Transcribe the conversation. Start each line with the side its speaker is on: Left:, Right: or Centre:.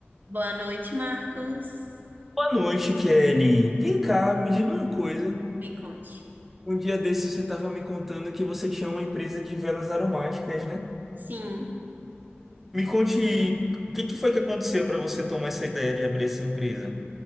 Right: Boa noite, Marcos.
Centre: Boa noite, Kelly. Vem cá, me diga uma coisa.
Right: Me conte.
Centre: Um dia desses você estava me contando que você tinha uma empresa de velas aromáticas, né?
Right: Sim,
Centre: Me conte o que que foi que aconteceu para você tomar essa ideia de abrir essa empresa.